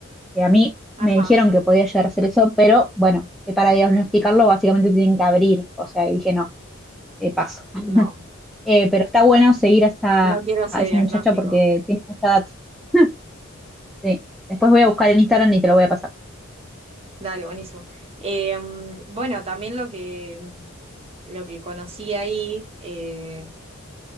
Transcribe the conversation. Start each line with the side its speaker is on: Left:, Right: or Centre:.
Centre: que a mí
Right: Ajá.
Centre: me dijeron que podía llegar a hacer eso, pero bueno, que para diagnosticarlo básicamente tienen que abrir, o sea, y dije no, eh, paso.
Right: No,
Centre: Eh, pero está bueno seguir a esa,
Right: no quiero ese
Centre: a esa
Right: diagnóstico.
Centre: muchacha porque tiene mucha data. <laughs> Sí. Después voy a buscar en Instagram y te lo voy a pasar.
Right: Dale, buenísimo. Eh, bueno, también lo que, lo que conocí ahí, eh,